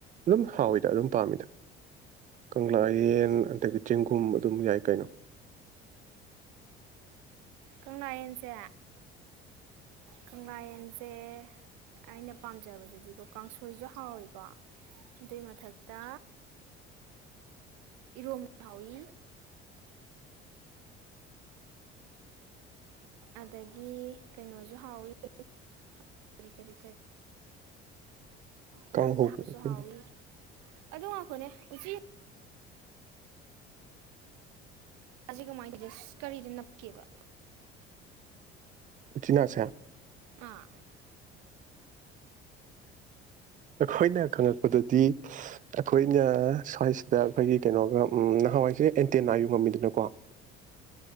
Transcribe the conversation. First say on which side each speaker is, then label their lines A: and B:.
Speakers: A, on the right (about 25°); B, on the right (about 65°).
A: ꯑꯗꯨꯝ ꯍꯥꯎꯋꯗ ꯑꯗꯨꯝ ꯄꯥꯝꯃꯤꯗ ꯀꯪꯂꯥꯌꯦꯟ ꯑꯗꯒꯤ ꯆꯦꯡꯒꯨꯝ ꯑꯗꯨꯝ ꯌꯥꯏ ꯀꯩꯅꯣ
B: ꯀꯪꯂꯥ ꯌꯦꯟꯁꯦ ꯀꯪꯂꯥ ꯌꯦꯟꯁꯦ ꯑꯩꯅ ꯄꯥꯝꯖꯕꯗꯗꯤꯀꯣ ꯀꯥꯡꯁꯣꯏꯁꯨ ꯍꯥꯎꯋꯤꯀꯣ ꯑꯗꯨꯏ ꯃꯊꯛꯇ ꯏꯔꯣꯝꯕ ꯍꯥꯎꯏ ꯑꯗꯒꯤ ꯀꯩꯅꯣꯁꯨ ꯍꯥꯎꯋꯤꯔꯤ ꯀꯔꯤ ꯎꯅꯝꯗ
A: ꯀꯥꯡꯍꯧ
B: ꯍꯥꯞꯄꯁꯨ
A: ꯀꯩꯅꯣ
B: ꯍꯥꯎꯋꯤ ꯑꯗꯨ ꯉꯥꯛꯈꯣꯅꯦ ꯎꯆ ꯁꯤ ꯀꯃꯥꯏꯗꯨꯗꯤ ꯑ ꯀꯔꯤꯗ ꯅꯞꯀꯦꯕ?
A: ꯎꯆꯤꯅꯥꯁꯦ
B: ꯑꯥ꯫
A: ꯑꯩꯈꯣꯏꯅ ꯈꯪꯉꯛꯄꯗꯗꯤ ꯑꯩꯈꯣꯏꯅ ꯁ꯭ꯋꯥꯏꯁꯤꯗ ꯑꯩꯈꯣꯏꯒꯤ ꯀꯩꯅꯣꯒ ꯅꯍꯥꯟꯋꯥꯏꯁꯦ ꯑꯦꯟꯇꯦꯟꯅꯥꯌꯨ ꯉꯝꯃꯤꯗꯅꯀꯣ